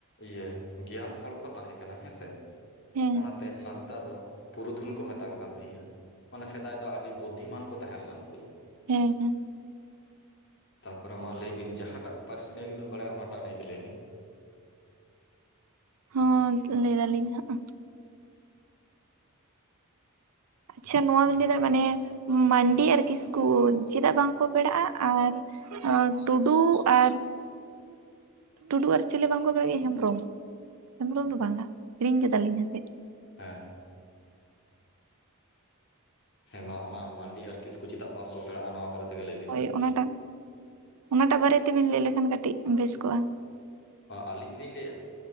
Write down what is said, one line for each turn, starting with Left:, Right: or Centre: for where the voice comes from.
Left: ᱤᱭᱟᱹ ᱜᱮᱭᱟᱱ ᱦᱚᱲ ᱠᱚ ᱛᱟᱦᱮᱸ ᱠᱟᱱᱟ᱾ ᱦᱮᱸᱥᱮ
Right: ᱦᱮᱸ
Left: ᱚᱱᱟᱛᱮ ᱦᱟᱸᱥᱫᱟ ᱫᱚ᱾ ᱯᱩᱨᱩᱫᱷᱩᱞ ᱠᱚ ᱢᱮᱛᱟ ᱠᱚ ᱠᱟᱱ ᱛᱟᱦᱮᱸ ᱠᱟᱱᱟ ᱾ ᱢᱟᱱᱮ ᱥᱮᱫᱟᱭ ᱫᱚ ᱟᱹᱰᱤ ᱵᱩᱫᱽᱫᱷᱤᱢᱟᱱ ᱠᱚ ᱛᱟᱦᱮᱸ ᱞᱮᱱᱟ᱾ ᱱᱩᱠᱩ ᱫᱚ᱾
Right: ᱦᱮᱸ, ᱦᱩᱸ
Left: ᱛᱟᱯᱚᱨᱮ ᱢᱟ ᱞᱟᱹᱭ ᱵᱤᱱ, ᱡᱟᱦᱟᱸ ᱴᱟᱜ ᱯᱟᱹᱨᱤᱥ ᱱᱤᱭᱮ ᱜᱮᱵᱤᱱ ᱵᱟᱲᱟᱭᱟ᱾ ᱚᱱᱟᱴᱟ-ᱜ ᱱᱤᱭᱮ ᱜᱮ ᱞᱟᱹᱭ ᱵᱤᱱ?
Right: ᱦᱚᱸ ᱞᱟᱹᱭ ᱫᱟᱞᱤᱧ ᱦᱟᱸᱜ ᱟᱪᱪᱷᱟ ᱱᱚᱣᱟ ᱵᱮᱤᱱ ᱞᱟᱹᱭᱫᱟ ᱢᱟᱱᱮ ᱢᱟᱱᱰᱤ ᱟᱨ ᱠᱤᱥᱠᱩ ᱪᱮᱫᱟ-ᱜ ᱵᱟᱝᱠᱚ ᱯᱮᱲᱟᱜᱼᱟ? ᱟᱨ ᱴᱩᱰᱩ ᱟᱨ ᱴᱩᱰᱩ ᱟᱨ ᱪᱤᱞᱤ ᱵᱟᱝᱠᱚ ᱵᱟᱲᱟᱜ ᱜᱮᱭᱟ ᱦᱮᱢᱵᱨᱚᱢ? ᱦᱮᱢᱵᱨᱚᱢ ᱫᱚ ᱵᱟᱝᱼᱟ᱾ ᱦᱤᱲᱤᱧ ᱠᱮᱫᱟᱞᱤᱧ ᱦᱟᱯᱮ
Left: ᱦᱮᱸ ᱦᱮᱸᱢᱟ ᱚᱱᱟ ᱢᱟᱱᱰᱤ ᱟᱨ ᱠᱤᱥᱠᱩ ᱪᱮᱫᱟᱜ ᱵᱟᱝᱠᱚ ᱯᱮᱲᱟᱜᱼᱟ ᱾ ᱱᱚᱣᱟ ᱵᱟᱨᱮ ᱛᱮᱜᱮ ᱞᱟᱹᱭ ᱵᱤᱱ᱾
Right: ᱦᱳᱭ ᱚᱱᱟᱴᱟᱜ, ᱚᱱᱟᱴᱟᱜ ᱵᱟᱨᱮ ᱛᱮᱵᱤᱱ ᱞᱟᱹᱭ ᱞᱮᱠᱷᱟᱱ ᱾ ᱠᱟᱹᱴᱤᱡ ᱵᱮᱥ ᱠᱚᱜᱼᱟ᱾
Left: ᱟᱹᱞᱤᱧ ᱞᱤᱧ ᱞᱟᱹᱭᱟ᱾